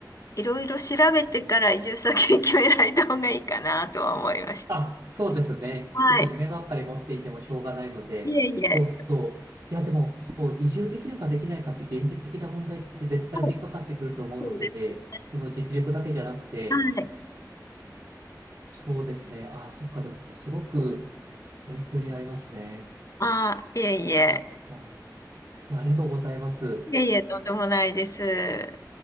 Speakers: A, on the left; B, on the right.
A: いろいろ調べてから移住先 <laughs> 決められた方がいいかなとは思いました。
B: あ、そうですね。
A: はい。
B: ちょっと夢ばっかり持っていてもしょうがないので、
A: いえいえ。
B: そうそう。いや、でも、そう、移住できるかできないかって現実的な問題って絶対降りかかってくると思うので、
A: はいそうですね。
B: その実力だけじゃなくて、
A: はい。
B: そうですね。あ、そっか。でも、すごく勉強になりますね。
A: あ、いえいえ。
B: そっか。いや、ありがとうございます。
A: いえいえ、とんでもないです。